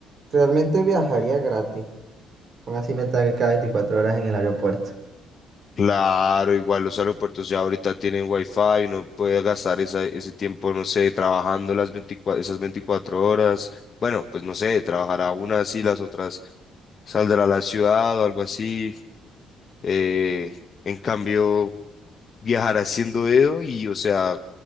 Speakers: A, on the right (about 45°); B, on the left (about 35°).
A: realmente viajaría gratis. Porque así me estaré cada 24 horas en el aeropuerto.
B: Claro, igual los aeropuertos ya ahorita tienen wifi, uno puede gastar esa- ese tiempo, no sé, trabajando las 24, esas 24 horas. Bueno, pues no sé, trabajará unas y las otras saldrá a la ciudad o algo así. Eh, en cambio, viajar haciendo dedo y, o sea,